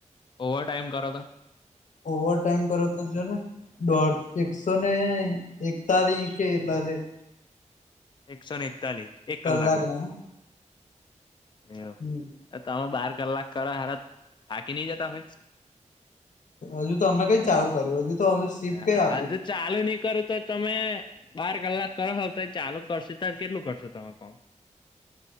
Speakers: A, on the left; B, on the left.
A: ઓવર ટાઈમ કરો ત
B: ઓવર ટાઈમ કરો તો જો ને દોઢ એકસો ને એકતાલીસ કે એટલા હશે.
A: એકસો ને એકતાલીસ એક
B: કલાકના
A: કલાક ના એવું
B: હમ
A: તમે બાર કલાક કરો હાર થાકી નઈ જતા હોય
B: હજુ તો અમે કઈ ચાલુ કર્યું હજુ તો હજુ સીપ કઈ
A: હ
B: આપી
A: હજ ચાલુ ની કરું તો તમે બાર કલાક કર હો તો એ ચાલુ કરશે ત્યારે કેટલું કરશો તમે કોમ